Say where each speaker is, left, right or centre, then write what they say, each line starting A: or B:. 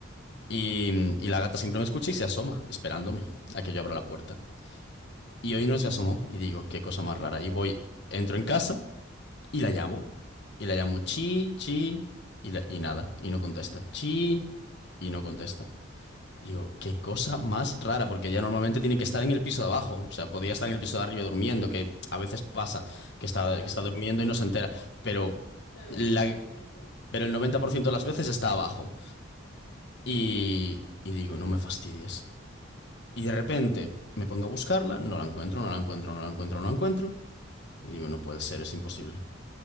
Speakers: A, on the left (about 60°); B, on the left (about 80°).
A: Y, y la gata siempre me escucha y se asoma, esperándome a que yo abra la puerta. Y hoy no se asomó y digo, qué cosa más rara. Y voy, entro en casa. Y la llamo. Y la llamo chi, chi, y, la- y nada. Y no contesta. Chi, y no contesta. Y yo, qué
B: Mm,
A: cosa más rara, porque ella normalmente tiene que estar en el piso de abajo. O sea, podría estar en el piso de arriba durmiendo, que a veces pasa, que está,
B: claro,
A: que está durmiendo y no se entera. Pero,
B: claro
A: la,
B: que no está pendiente.
A: pero el 90% de las veces está abajo. Y,
B: Ujú.
A: y digo, no me fastidies. Y de repente me pongo a buscarla, no la encuentro, no la encuentro, no la encuentro, no la encuentro. Y digo, no puede ser, es imposible.